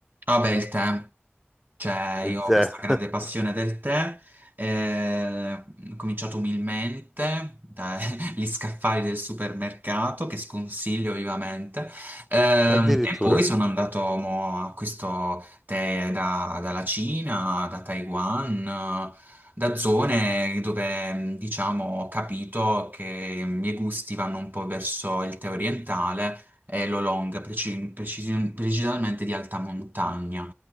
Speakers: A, on the right (about 50°); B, in the centre.
A: Vabbè, il tempo. Cioè,
B: Il
A: io
B: tè.
A: ho questa
B: <laughs>
A: grande passione del tè, eh, ho cominciato umilmente dagli <laughs> scaffali del supermercato, che sconsiglio vivamente, ehm,
B: Addirittura.
A: e poi sono andato mo, a questo tè da- dalla Cina, da Taiwan, eh, da zone dove, mh, diciamo, ho capito che i miei gusti vanno un po' verso il tè orientale e l'oolong, preci- precisi- precisamente di alta montagna.